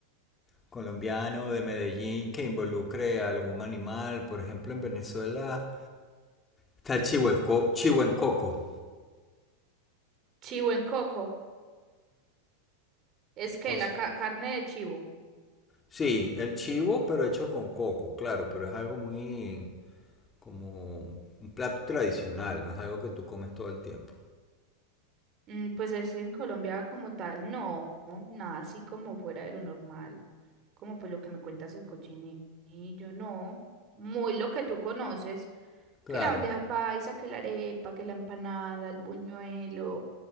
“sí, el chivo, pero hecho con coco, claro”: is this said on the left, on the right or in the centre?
Left